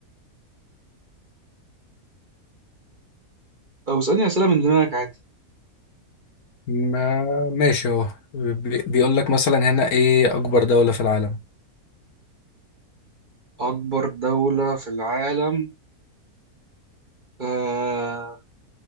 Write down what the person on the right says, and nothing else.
طب اسالني اسئله من دماغك عادي
أكبر دولة في العالم آه...